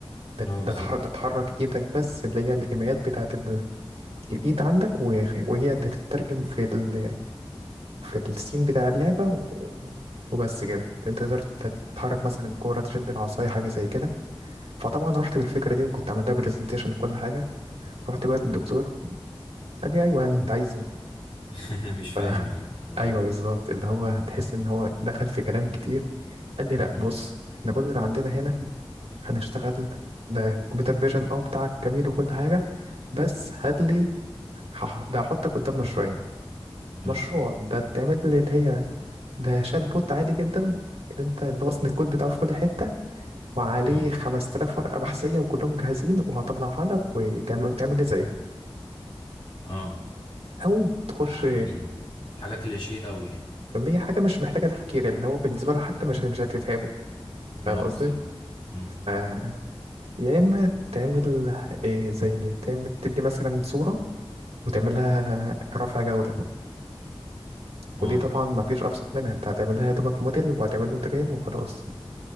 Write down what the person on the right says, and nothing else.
ده
ده تح- ده تحرك ايدك بس اللي هي الايميات بتاعت ال- الايد عندك و- وهي بتترجم في ال... في السين بتاع اللعبة و... وبس كده انت تقدر تتحرك مثلا الكورة تشد العصاية حاجة زي كده فطبعا رحت بالفكرة دي وكنت عملتها برزنتيشن وكل حاجة رحت بقى للدكتور قال لي ايوه يعني انت عايز ايه
ف...
<laughs> ايوه بالظبط اللي هو تحس ان هو دخل في كلام كتير قال لي لا
بص احنا كل اللي عندنا هنا هنشتغل ده كمبيوتر فيجن اه بتاعك جميل وكل حاجة بس هات لي هح- ده هحطك قدام مشروعين
مشروع ده تعمل لي اللي هي ده شات بوت عادي جدا اللي انت اللي وصل الكود بتاعه في كل حتة وعليه
5000 ورقة بحثية وكلهم جاهزين وهطلعها لك وتعمل وتعمل لي زيها
أو تخش
اللي هي حاجة مش محتاجة تفكير اللي هو بالنسبة له حتى مش مش هتتعبه
فاهم قصدي؟
ف- يا إما تعمل إيه زي تعمل تدي مثلا صورة وتعمل لها رفع جودة
ودي طبعا ما فيش أبسط منها انت هتعمل لها يا دوبك موديل وهتعمل له ترين وخلاص